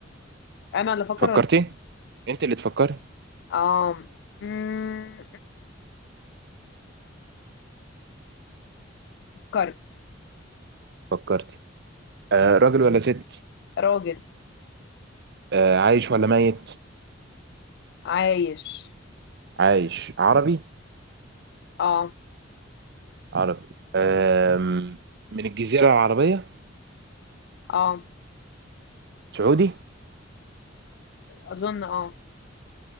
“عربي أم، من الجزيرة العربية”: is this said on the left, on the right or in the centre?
Right